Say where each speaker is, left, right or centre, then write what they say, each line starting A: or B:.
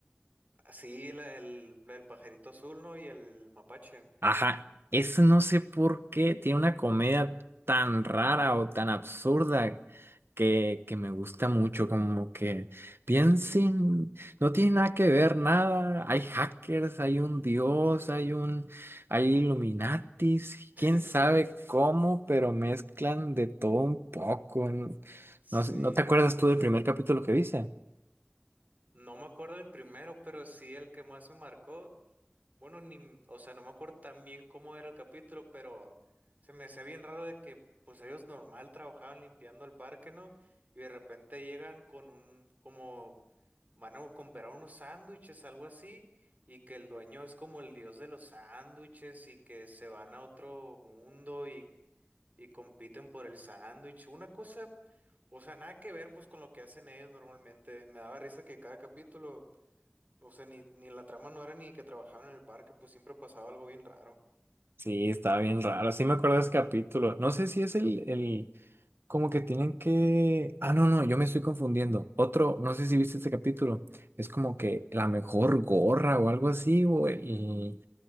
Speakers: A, on the right; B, on the right.
A: Ah, Sí, la, el, la del pajarito azul, ¿no? Y el mapache.
B: Ajá, eso no sé por qué tiene una comedia tan rara o tan absurda que, que me gusta mucho, como que piensen, no tiene nada que ver nada, hay hackers, hay un dios,
A: Sí,
B: hay un, hay Illuminatis,
A: <laughs>
B: quién sabe
A: sí,
B: cómo, pero mezclan de todo un poco. en-
A: sí.
B: No, sé, ¿no te acuerdas tú del primer capítulo que viste?
A: No me acuerdo del primero, pero sí el que más me marcó. Bueno, ni, m- o sea, no me acuerdo tan bien cómo era el capítulo, pero se me hacía bien raro de que, pues ellos normal trabajaban limpiando el parque, ¿no? Y de repente llegan con un, como, van a comprar unos sándwiches, algo así, y que el dueño es como el dios de los sándwiches y que se van a otro mundo y. y compiten por el sándwich. Una cosa, o sea, nada que ver pues con lo que hacen ellos normalmente. Me daba risa que cada capítulo, o sea, ni, ni la trama no era ni que trabajaban en el parque, pues siempre pasaba algo bien raro.
B: Sí, estaba bien raro, sí me acuerdo de ese capítulo, no sé si es el, el Como que tienen que... Ah, no, no, yo me estoy confundiendo. Otro, no sé si viste este capítulo, es como que la mejor gorra o algo así, güey.